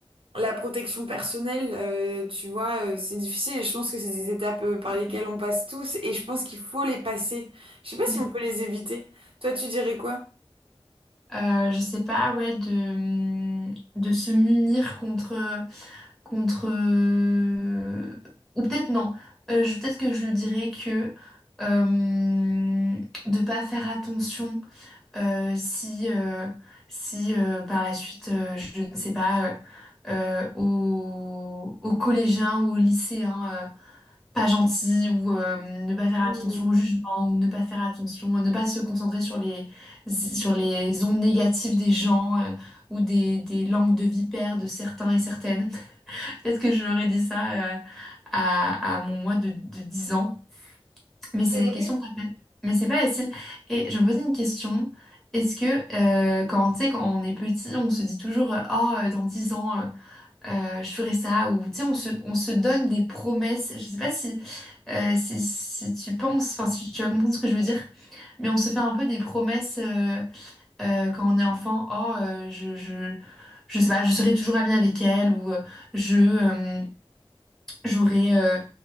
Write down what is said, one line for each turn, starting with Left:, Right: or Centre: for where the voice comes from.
Right: la protection personnelle, euh, tu vois, euh, c'est difficile et je pense que c'est des étapes euh, par
Centre: tout
Right: lesquelles
Centre: à fait.
Right: on passe tous et je pense qu'il faut les passer. Je sais pas si
Centre: Mm.
Right: on peut les éviter. Toi, tu dirais quoi?
Centre: Euh, je sais pas, ouais, de, mm, de se munir contre. contre euh, ou peut-être non Euh, je peut-être que je lui dirais que euh, de pas faire attention euh, si euh, si euh, par la suite euh, je ne sais pas euh, euh, aux, aux collégiens ou aux lycéens euh, pas gentils ou euh, ne pas faire
Right: Hmm.
Centre: attention au jugement ou ne pas faire attention ne pas se concentrer sur les sur les ondes négatives des gens euh, ou des, des langues de vipère de certains et certaines Peut-être que j'aurais dit ça euh, à, à mon moi de, de 10 ans. Mais c'est
Right: C'est
Centre: des
Right: vrai.
Centre: questions pas faciles. Mais c'est pas facile. Et je me posais une question. Est-ce que euh, quand, tu sais, quand on est petit, on se dit toujours euh, Oh, euh, dans 10 ans, euh, euh, je ferai ça. Ou tu sais, on se, on se donne des promesses. Je sais pas si, euh, si, si tu penses, enfin, si tu vas comprendre ce que je veux dire. Mais on se fait un peu des promesses euh, euh, quand on est enfant. Oh, euh, je, je, je sais pas, je serai toujours amie avec elle. Ou euh, je. euh, J'aurais, euh,